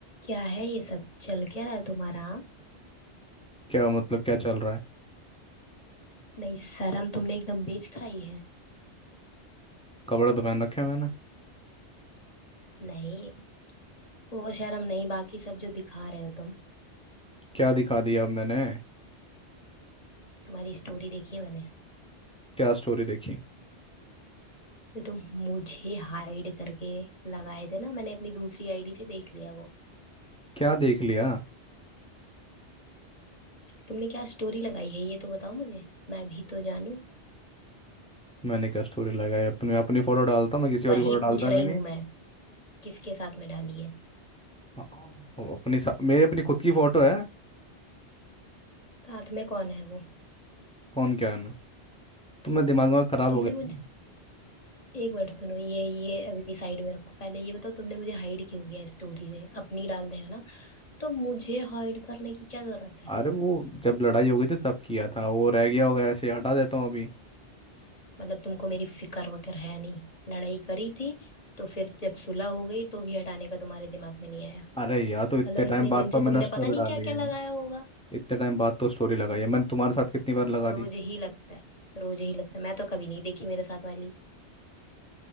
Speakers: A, on the left; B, in the centre.
A: क्या है ये सब चल क्या रहा है तुम्हारा हाँ?
B: क्या मतलब क्या चल रहा है
A: नहीं शर्म तुमने एकदम बेच खाई है
B: कपड़ा तो पहन रखे हैं मैंने
A: नहीं वो शर्म नहीं बाकी सब जो दिखा रहे हो तुम
B: क्या दिखा दिया अब मैंने
A: तुम्हारी स्टोरी देखी है मैंने
B: क्या स्टोरी देखी
A: तो तुम मुझे हाइड करके लगाए थे ना मैंने अपनी दूसरी आईडी से देख लिया वो
B: क्या देख लिया
A: तुमने क्या स्टोरी लगाई है ये तो बताओ मुझे मैं भी तो जानूं
B: मैंने क्या स्टोरी लगाई अपनी मैं अपनी फोटो डालता मैं किसी और
A: वही
B: की फोटो
A: पूछ
B: डालता
A: रही
B: भी नहीं
A: हूं मैं किसके साथ में डाली है
B: हाँ, वो अपनी सा- मेरी अपनी खुद की फोटो है
A: साथ में कौन है वो
B: कौन क्या है ना तो मैं दिमाग में खराब
A: तुमने
B: हो गया
A: मुझे
B: था।
A: एक मिनट सुनो ये ये अभी साइड में रखो पहले ये बताओ तुमने मुझे हाइड क्यों किया स्टोरी से अपनी डाल रहे हो ना तो मुझे हाइड करने की क्या जरूरत है
B: अरे वो जब लड़ाई हो गई थी तब किया था वो रह गया होगा ऐसे ही हटा देता हूँ अभी
A: मतलब तुमको मेरी फिक्र वगैरह है नहीं लड़ाई करी थी तो फिर जब सुलह हो गई तो भी हटाने का तुम्हारे दिमाग में नहीं आया
B: अरे यार तो इतने
A: मतलब
B: टाइम
A: इतने
B: बाद
A: दिन
B: पर
A: से
B: मैंने
A: तुमने
B: स्टोरी
A: पता नहीं
B: डाली
A: क्या
B: है
A: क्या लगाया होगा
B: इतने टाइम बाद तो स्टोरी लगाई है मैंने तुम्हारे साथ कितनी बार लगा
A: रोज
B: दी
A: ही लगता है रोज ही लगता है मैं तो कभी नहीं देखी मेरे साथ वाली